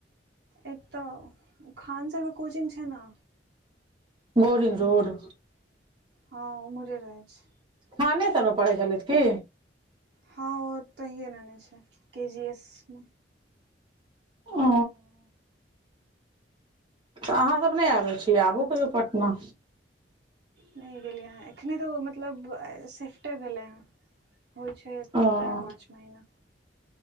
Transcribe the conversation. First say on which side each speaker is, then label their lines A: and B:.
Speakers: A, on the right (about 65°); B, on the right (about 25°).
A: एक तऽ खान सर के कोचिग छै ने
B: बोरिग रोड।
A: ह उमरे रहै छै।
B: थान सर मे पढ़ै छलथि कि
A: हँ ओ तऽ हए रहने छै के जी एस मे
B: ओ तऽ अहाँ सभ नहि आबै छी आबू कहियो पटना
A: नहि गेलियै हँ एखने तऽ मतलब सेफ्टे भेलै हँ होइ छै
B: ओ
A: चार पाँच महिना।